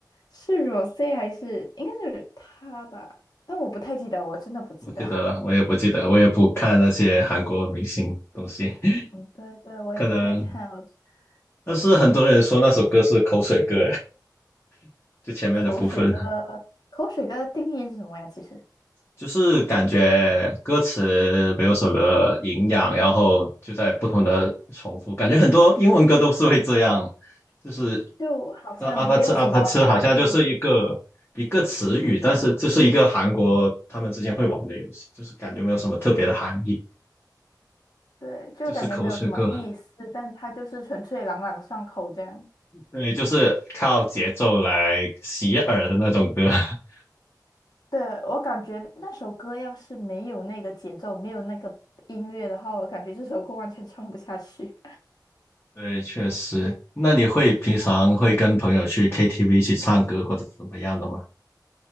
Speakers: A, on the left; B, on the left.
A: 是 Rose 还是应该是他吧？但我不太记得，我真的不记得。
B: 不记得了，我也不记得，我也不看那些韩国明星东西，<laughs>
A: 嗯，对对，我也不太看哦。
B: 可能。但是很多人说那首歌是口水歌，
A: 嗯，
B: <laughs> 就前面的部分，
A: 口水歌，口水歌的定义是什么呀？其实
B: 就是感觉歌词没有什么营养，然后就在不同的重复，感觉很多英文歌都是会这样，就是
A: 就好像没有什么含义，
B: 呃阿帕吃阿帕吃，好像就是一个一个词语，但是就是一个韩国他们之间会玩的游戏，就是感觉没有什么特别的含义，
A: 对，就感觉没有什么意思，
B: 就是口水歌。
A: 但它就是纯粹朗朗上口这样。
B: 对，就是靠节奏来洗耳的那种歌。<laughs>
A: 对，我感觉那首歌要是没有那个节奏，没有那个音乐的话，我感觉这首歌完全唱不下去。
B: 对，确实。那你会平常会跟朋友去 KTV 一起唱歌或者怎么样的吗？